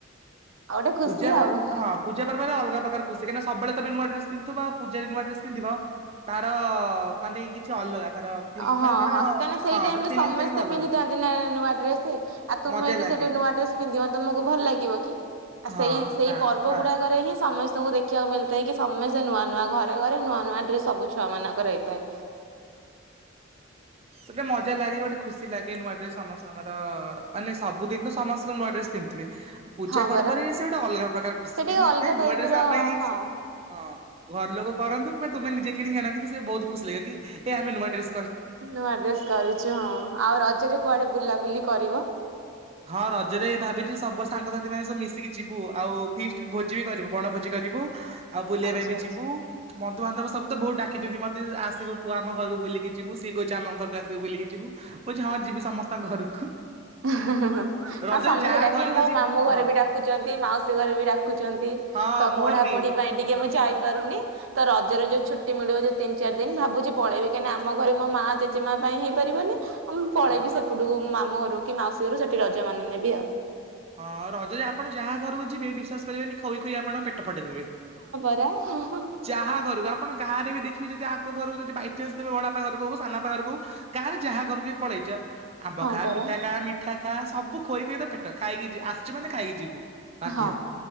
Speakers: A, on the right (about 90°); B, on the right (about 30°).
A: ଆଉ ଗୋଟେ ଖୁସି
B: ପୂଜା ପର୍ବ
A: ଆଉ।
B: ହଁ ପୂଜା ପର୍ବରେ ଅଲଗା ପ୍ରକାରର ଖୁସି କାହିଁକି ନା ସବବେଳେ ତମେ ନୂଆ ଡ୍ରେସ୍ ପିନ୍ଧଥିବ ଆଉ ପୂଜା ରେ ନୂଆ ଡ୍ରେସ୍ ପିନ୍ଧିବ ତାର ମାନେ କିଛି ଅଲଗା। ତାର ଫିଲ୍
A: ଅ ହଁ
B: ମାନେ
A: ହଁ
B: ତାର
A: କାହିଁକିନା ସେଇ
B: ହଁ
A: ଟାଇମ
B: ତାର
A: ରେ
B: ଫିଲିଙ୍ଗସ୍
A: ସମସ୍ତେ
B: ଟା କିନ୍ତୁ ଅଲଗା
A: ପିନ୍ଧିଥାନ୍ତି ନା ନୂଆ ଡ୍ରେସେ ଆ ତୁମେ
B: ମଜା
A: ଯଦି
B: ଲାଗେ
A: ସେଠି ନୂଆଡ୍ରେସ୍ ପିନ୍ଧିବନି ତମକୁ ଭଲ ଲାଗିବ କି ଆଉ
B: ହଁ
A: ସେଇ ସେଇ
B: ନା
A: ପର୍ବ
B: ବାସ୍।
A: ଗୁଡାକରେ ହିଁ ସମସ୍ତଙ୍କୁ ଦେ ଖିବାକୁ ମିଳିଥାଏ କି ସମସ୍ତେ ନୂଆ ନୂଆ ଘରେ ଘରେ ନୂଆ ନୂଆ ଡ୍ରେସ୍ ସବୁ ଛୁଆମାନଙ୍କର ହେଇଥାଏ।
B: ଗୋଟେ ମଜା ଲାଗେ ଗୋଟେ ଖୁସି ଲାଗେ ନୂଆ ଡ୍ରେସ ସମସ୍ତଙ୍କର ମାନେ ସବୁଦିନ ତ ସମସ୍ତେ ନୂଆ ଡ୍ରେସ ପିନ୍ଧୁଥିବେ।
A: ହଁ
B: ଆ ପର୍ବରେ
A: ପରା
B: ସେ ଗୋଟେ ଅଲଗା ପ୍ରକାର ଖୁସି
A: ସେ
B: କାହିଁ
A: ଟିକେ
B: ନା
A: ଅଲଗା
B: ଏ ନୂଆ
A: ଟାଇପ
B: ଡ୍ରେସ
A: ର
B: ଆମ ପାଇଁ ହେଇଛି।
A: ହଁ
B: ହଁ ଘର ଲୋକ କରନ୍ତୁ କି ତୁମେ ନିଜେ କିଣିକି ଆଣ କିନ୍ତୁ ସେ ବହୁତ ଖୁସି ଲାଗିବ କି ଏ ଆମେ ନୂଆ ଡ୍ରେସ
A: ନୂଆ ଡ୍ରେସ କରିଚ ଆଉ ରଜରେ କୁଆଡେ ବୁଲାବୁଲି କରିବ?
B: ହଁ ରଜରେ ଭାବିଛି ସବୁ ସାଙ୍ଗସାଥି ମାନେ ସବୁ ମିଶିକି ଯିବୁ ଆଉ ଫିଷ୍ଟ ଭୋଜି ବି କରିବୁ ବଣ ଭୋଜି କରିବୁ। ଆଉ ବୁଲିବା
A: ଆଚ୍ଛା
B: ପାଇଁବି
A: ଆଚ୍ଛା
B: ଯିବୁ ବନ୍ଧୁବାନ୍ଧବ ସବୁତ ବହୁତ୍ ଡାକିଚନ୍ତି ମତେ ଆସିବୁ ପୁଅ ଆମ ଘରକୁ ବୁଲିକି ଯିବୁ ସିଏ କହିଚି ଆମ ଘରକୁ ଆସିବୁ ବୁଲିକି ଯିବୁ ମୁଁ କଉଛି ହଁଯିବି ସମସ୍ତଙ୍କ ଘରକୁ।
A: ହଁ ହ ହଁ। ହଁ
B: ରଜରେ
A: ତସମସ୍ତେ
B: ଯାହା
A: ଡାକିବେ
B: ଘରକୁ
A: ମୋ
B: ଯିବ
A: ମାମୁଁ
B: ହଁ
A: ଘରେବି ଡାକୁଚନ୍ତି ମାଉସୀ ଘରେବି ଡାକୁଚନ୍ତି
B: ହଁ
A: ତ
B: ମୋର
A: ପଢା
B: ବି
A: ପଢି ପାଇଁ ଟିକେ
B: ହୁଁ
A: ମୁଁ ଯାଇପାରୁନି। ତରଜରେ ଯୋଉ ଛୁଟି ମିଳିବ ଯଉ ତିନି ଚାରି ଦିନ ଭାବୁଚି ପଳେଇବି କାହିଁକି ଆମଘରେ ମୋ ମାଯଦି ମୋପାଇଁ ହେଇପାରିବନି ଆଉ ମୁଁ ପଳେଇବି
B: ହଁ।
A: ସେପଟକୁ ମୋ ମାମୁ ଘରକୁ କିମାଉସୀ ଘରକୁ ସେଠି ରଜ ମାନେଇନେବି ଆଉ।
B: ହଁ ରଜରେ ଆପଣ ଯାହା ଘରକୁ ଯିବେ ବିଶ୍ୱାସ କରିବେନି ଖୋଇ ଖୋଇ ଆପଣ ପେଟ ଫଟେଇଦବେ।
A: <unintelligible>
B: ଯାହା ଘରକୁ ଆପଣ ଗାଁରେବି ଦେଖିବେ ଯଦି ଆଙ୍କ ଘରକୁ ଯଦି ବାଇଚାନ୍ସ ତମେ ବଡ଼ବାପା ଘରକୁ ହୋଉ ସାନା ବାପା ଘରକୁ ହୋଉ ଗାଁରେ ଯାହା ଘରକୁବି ପଳେଇଚ ଆମ୍ବ
A: ହଁ
B: ଖା
A: ପରା
B: ପିଠା ଖା ମିଠା ଖା ସବୁ ଖୋଇଖୋଇ ତପେଟ ଖାଇକି ଯିବ ଆସିଚୁ ମାନେ ଖାଇକି ଯିବୁ। ବାଧ୍ୟ
A: ହଁ